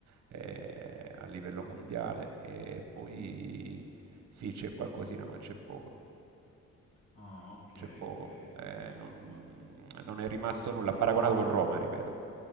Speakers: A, on the right; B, on the left.
A: eh, a livello mondiale e poi sì c'è qualcosina ma c'è poco
B: Ah, ok,
A: c'è poco.
B: ok,
A: Eh,
B: ok.
A: non,
B: Ma
A: non è rimasto nulla, paragonato con Roma, ripeto.